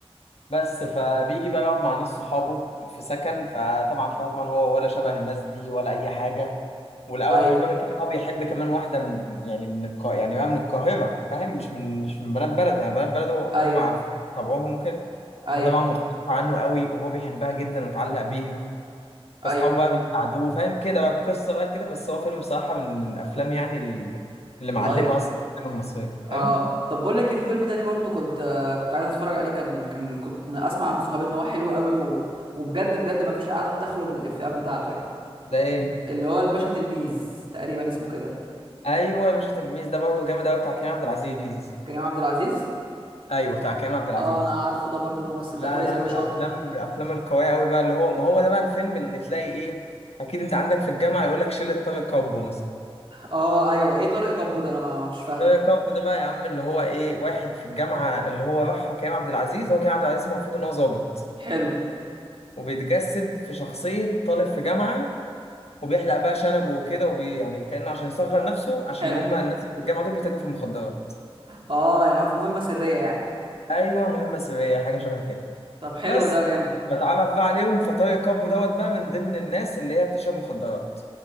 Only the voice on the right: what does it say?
ايوه
ايوه
ايوه
ايوه
الايقونه
اه
طب بقول لك إيه، في فيلم تاني برضو كنت آه، كنت عايز اتفرج عليه كان كان كنت اسمع من صحابي ان هو حلو قوي و... وبجد بجد ما فيش قاعده بتخلو من الافيهات بتاعته يعني
اللي هو الباشا تلميذ تقريبا اسمه كده
كريم عبد العزيز
اه انا عارفه ده برضو الممثل
ده كويس
قوي
شاطر
اه ايوه ايه طارق كابو ده انا ما مش فاهمه
حلو
حلو
اه يعني هو في مهمه سريه يعني
طب حلو
ده جامد